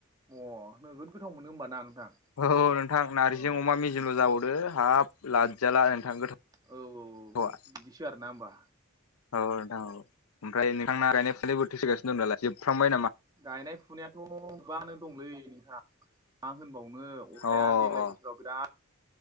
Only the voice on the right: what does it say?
अ नोगोद गोथाव मोनो होमबा ना नोंथां।
औ
औ औ
बिदिसो आरोना होमबा
गायनाय फुनायाथ' गोबाङानो दंलै नोंथां मा होनबावनो। अखाया
देग्लाय
बोसोराव बिराद